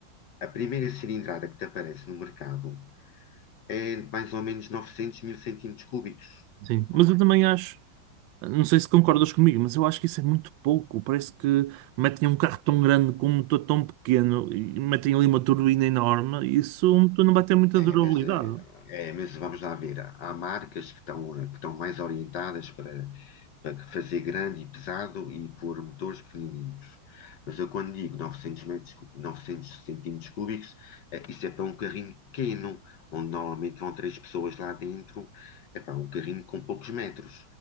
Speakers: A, on the left; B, on the right.
A: a primeira cilindrada que te aparece no mercado é mais ou menos 900 mil centímetros cúbicos.
B: Sim, mas
A: não é?
B: eu também acho, Não sei se concordas comigo, mas eu acho que isso é muito pouco. Parece que metem um carro tão grande com um motor tão pequeno e metem ali uma turbina enorme. Isso um motor não vai ter muita
A: É,
B: durabilidade.
A: é, mas, é, é, mas vamos lá ver. Há marcas que estão, eh, que estão mais orientadas para, para fazer grande e pesado e pôr motores pequenininhos. Mas eu quando digo 900 metros, cu- 900 centímetros cúbicos, eh, isso é para um carrinho pequeno, onde normalmente vão três pessoas lá dentro. É para um carrinho com poucos metros.